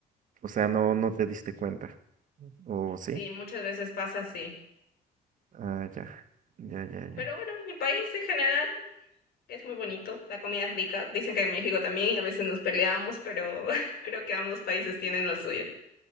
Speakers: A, on the right; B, on the left.
A: O sea, no, no te diste cuenta. ¿O sí?
B: Sí, muchas veces pasa así.
A: Ah, ya. Ya, ya,
B: Pero
A: ya.
B: bueno, mi país en general es muy bonito, la comida es rica. Dicen que en México también y a veces nos peleamos, pero <laughs> creo que ambos países tienen lo suyo.